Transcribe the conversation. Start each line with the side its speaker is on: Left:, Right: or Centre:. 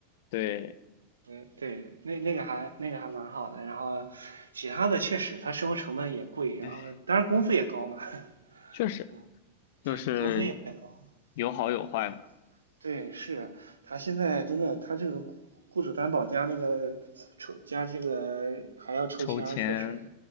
Left: 对，
Right: 对对，那那个还那个还蛮好的，然后其他的确实它生活成本也贵，然后当然工资也高嘛，
Left: 哎
Right: <laughs>
Left: 确实
Right: 嗯，
Left: 就是
Right: 对，工资也高。
Left: 有好有坏嘛。
Right: 嗯对，是他现在真的，他这个雇雇主担保加那个抽加这个还要抽签儿，
Left: 抽签
Right: 确实，